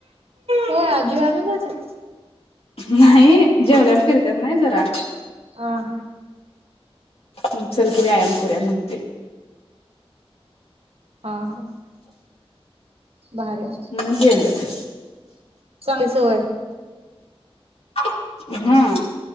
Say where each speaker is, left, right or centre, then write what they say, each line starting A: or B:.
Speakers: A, on the right (about 70°); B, on the left (about 70°).
A: होय आजी व्यायमला जात्या?
B: नाही जेवल्यावर फिरतेत नाही जरा
A: ह हा
B: चल व्यायाम करूया म्हणतोय
A: हा हा भारी आहे
B: म्हणुन गेल्यात
A: <unintelligible>
B: हा